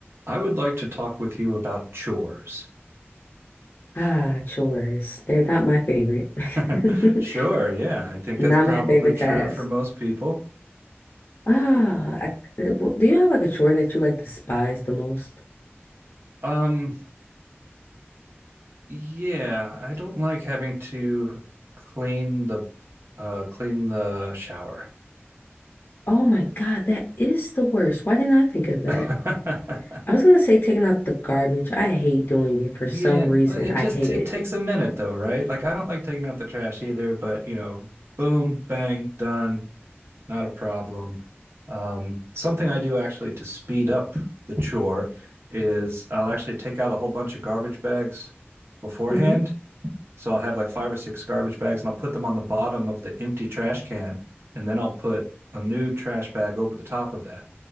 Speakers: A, on the right; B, on the left.
A: I would like to talk with you about chores.
B: Ah, chores. They're not my favorite.
A: <laughs>
B: <laughs>
A: Sure, yeah, I think
B: Not
A: that's probably
B: my favorite
A: true
B: task.
A: for most people.
B: Ah, I, uh, well, do you have like a chore that you like despise the most?
A: Um, yeah, I don't like having to clean the uh clean the shower.
B: Oh my God, that is the worst. Why didn't I think of that?
A: <laughs>
B: I was gonna say taking out the garbage. I hate doing it for some
A: Yeah,
B: reason.
A: uh, it
B: I
A: just
B: hate
A: it
B: it.
A: takes a minute though, right? Like I don't like taking out the trash either, but you know, boom, bang, done. Not a problem. Um, something I do actually to speed up the chore is I'll actually take out a whole bunch of garbage bags beforehand.
B: hmm
A: So I'll have like five or six garbage bags and I'll put them on the bottom of the empty trash can. And then I'll put a new trash bag over the top of that